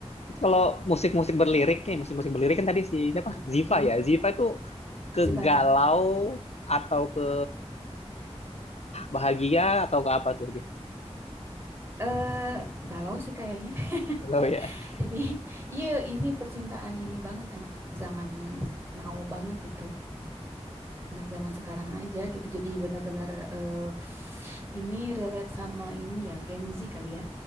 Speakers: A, on the left (about 70°); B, on the right (about 20°).
A: Kalau musik-musik berlirik nih, musik-musik berlirik kan tadi si siapa?
B: Mm-mm.
A: Ziva ya. Ziva itu ke
B: Ziva,
A: galau
B: Ziva.
A: atau ke bahagia atau ke apa tuh dia?
B: Eh, galau sih kayaknya. <laughs>
A: Galau ya.
B: Jadi, iya ini percintaan ini banget anak zaman now banget gitu. Anak zaman sekarang aja gitu. Jadi benar-benar eh, ini relate sama ini ya Gen Z kali ya.